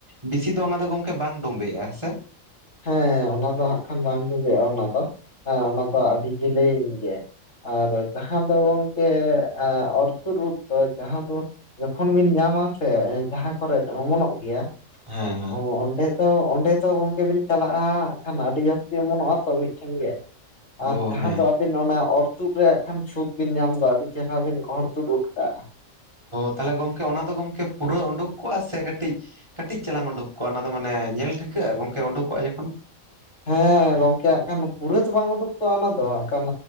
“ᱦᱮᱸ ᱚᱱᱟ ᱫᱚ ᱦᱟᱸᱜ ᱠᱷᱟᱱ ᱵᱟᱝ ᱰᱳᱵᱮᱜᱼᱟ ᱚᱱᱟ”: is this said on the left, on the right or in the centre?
Left